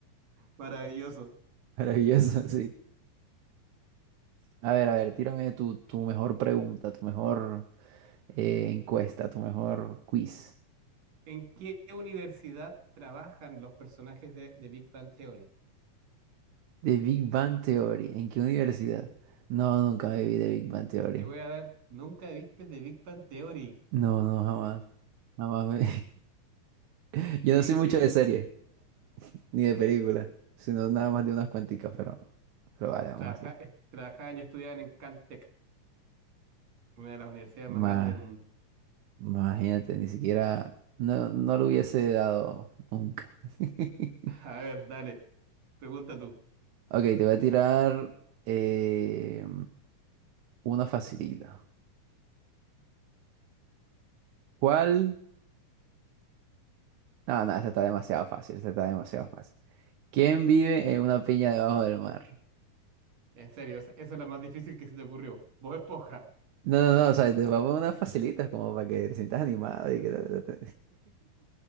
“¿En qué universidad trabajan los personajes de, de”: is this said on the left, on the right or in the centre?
Right